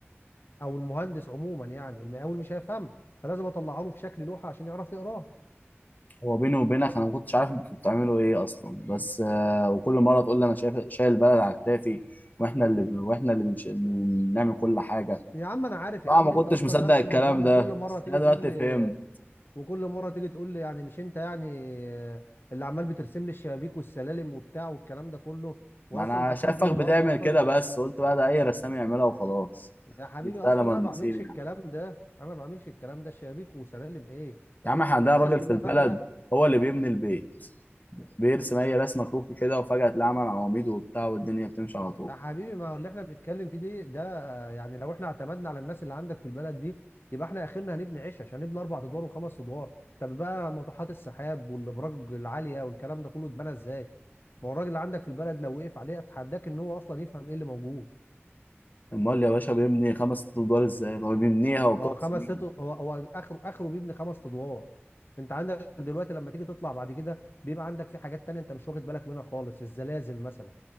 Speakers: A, on the left; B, on the left.
A: او المهندس عموما يعني المقاول مش هيفهمها فلازم اطلعها له في شكل لوحه عشان يعرف يقراها
B: هو بيني وبينك انا ما كنتش عارف انتوا بتعملوا ايه اصلا بس آه وكل مره تقول لي انا شايف شايل البلد على كتافي واحنا اللي واحنا اللي بنش... بنعمل كل حاجه
A: يا عم انا عارف يا
B: طبعا
A: عم
B: ما كنتش
A: انت اصلا
B: مصدق
A: نفس
B: الكلام
A: النظام
B: ده
A: وكل مره
B: بس
A: تيجي
B: انا دلوقتي
A: تقول لي
B: فهمت
A: وكل مره تيجي تقول لي يعني مش انت يعني آه، اللي عمال بترسم لي الشبابيك والسلالم وبتاع والكلام ده كله واصلا
B: ما انا
A: انت لحد
B: شايفك
A: النهارده
B: بتعمل
A: اصلا
B: كده بس قلت بقى ده اي رسام يعملها وخلاص
A: يا حبيبي
B: مستاهله
A: اصلا
B: مهندسين
A: انا ما بعملش الكلام
B: يعني
A: ده انا ما بعملش الكلام ده شبابيك وسلالم ايه
B: يا عم احنا عندنا
A: الناس
B: راجل
A: كلها
B: في البلد
A: فاكره
B: هو اللي بيبني البيت بيرسم اي رسمه كروكي كده وفجاه تلاقي عمل عواميد وبتاع والدنيا بتمشي على طول
A: يا حبيبي ما هو اللي احنا بنتكلم فيه دي ده يعني لو احنا اعتمدنا على الناس اللي عندك في البلد دي يبقى احنا اخرنا هنبني عيش عشان نبني اربع ادوار وخمس ادوار طب بقى ناطحات السحاب والابراج العاليه والكلام ده كله اتبنى ازاي؟ ما هو الراجل اللي عندك في البلد لو وقف عليه اتحداك ان هو اصلا يفهم ايه اللي موجود
B: امال يا باشا بيبني خمس ست ادوار ازاي ما بيبنيها وبتقعد
A: ما هو خمس
B: سنين
A: ست هو هو اخره اخره بيبني خمس ادوار انت عندك دلوقتي لما تيجي تطلع بعد كده بيبقى عندك في حاجات تانية انت مش واخد بالك منها خالص الزلازل مثلا